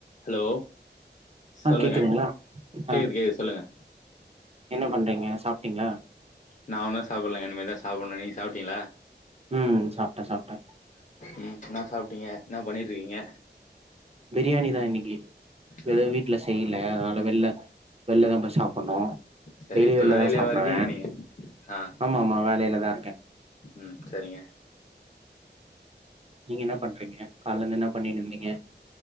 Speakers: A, on the left; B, on the right.
A: ஹலோ சொல்லுங்க
B: ஆ கேக்குதுங்களா
A: கேக்குது
B: ஆ
A: கேக்து சொல்லுங்க
B: என்ன பண்றீங்க சாப்ட்டீங்களா
A: நா ஒன்னு சாப்புட்லங்க இனிமேதா சாப்புடணு நீங்க சாப்ட்டீங்களா
B: ம் சாப்ட்ட சாப்ட்ட
A: ம் என்ன சாப்ட்டீங்க என்ன பண்ணிட்டு இருக்கீங்க
B: பிரியாணி தா இன்னிக்கு
A: ஆ
B: எது வீட்ல செய்யல அதனால வெள்ல வெள்ல தா போயி சாப்டணு
A: சரி
B: டெய்லி
A: இப்ப
B: வெள்ள
A: வேலையிலேவா
B: தா சாப்டுவ
A: இருக்கீங்க நீங்க ஆ
B: ஆமா ஆமா வேலையிலதா இருக்க
A: ம் சரிங்க
B: நீங்க என்ன பண்றீங்க காலல இருந்து என்ன பண்ணின்னிருந்தீங்க